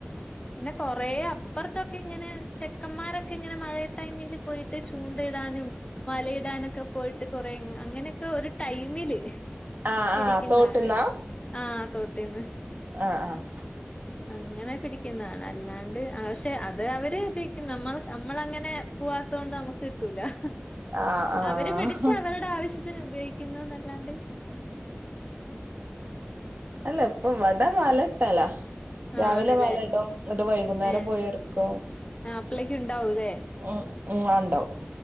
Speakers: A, on the left; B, on the right.
A: പിന്നെ കൊറെ അപ് അപ്പർത്തൊക്കെ ഇങ്ങനെ ചെക്കന്മാരൊക്കെ ഇങ്ങനെ മഴയ് ടൈമില് പോയിട്ട് ചൂണ്ട ഇടാനും വലയിടാനൊക്കെ പോയിട്ട് കൊറെ ഇങ് അങ്ങനെയൊക്കെ ഒരു ടൈമില്
B: ആഹ്
A: പിടിക്കുന്ന
B: ആഹ് തോട്ട്ന്നാ
A: കാണാ ആഹ് തോട്ടീന്ന്
B: ആഹ് ആഹ്
A: അങ്ങനെ പിടിക്കുന്നതാണ് അല്ലാണ്ട് ആഹ് പക്ഷെ അത് അവര് ഉപയോഗിക്കും നമ്മൾ നമ്മളങ്ങനെ പൂവാത്തോണ്ട് നമുക്ക് കിട്ടൂലാ
B: ആഹ് ആഹ്
A: അവര് പിടിച്ച് അവരുടെ ആവശ്യ ത്തിന് ഉപയോഗിക്കുന്നുന്നല്ലാണ്ട്
B: അല്ലാ ഇപ്പൊ ഇവടെ വലട്ടെലാ രാവിലെ
A: ആണ്ല്ലേ
B: വല ഇടും എന്നിട്ട് വൈകുന്നേരം
A: ഏഹ്
B: പോയി എടുക്കും
A: ആഹ് ആപ്പളേക്കും ഇണ്ടാവൂല്ലേ?
B: ഉം ഉം ആഹ് ഇണ്ടാവും